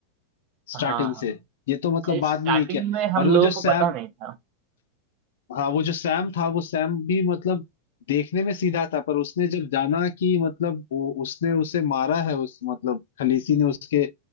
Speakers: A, on the left; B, on the right.
A: स्टार्टिंग
B: हाँ हाँ
A: से ये तो मतलब बाद
B: स्टार्टिंग
A: में ये किया
B: में हम
A: और वो
B: लोगों
A: जो सैम
B: को पता नहीं था
A: हाँ वो जो सैम था वो सैम भी मतलब देखने में सीधा था पर उसने जब जाना कि मतलब वो उसने उसे मारा है उस मतलब खलीसी ने उसके